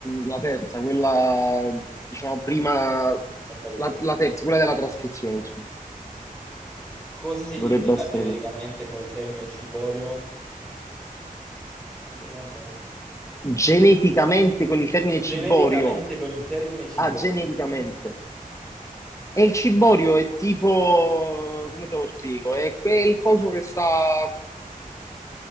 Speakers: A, on the left (about 20°); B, in the centre.
A: la terza, quella, diciamo, prima...
B: Ho capito,
A: La,
B: ho capito.
A: la terza, quella della trascrizione, insomma.
B: Cosa si
A: Dovrebbe
B: indica
A: essere
B: genericamente
A: quella.
B: con il termine ciborio? <laughs> Che domanda è?
A: Geneticamente, con il termine ciborio.
B: Genericamente con il termine ciborio.
A: Ah, genericamente. E il ciborio è tipo, come te lo spiego? È quel coso che sta.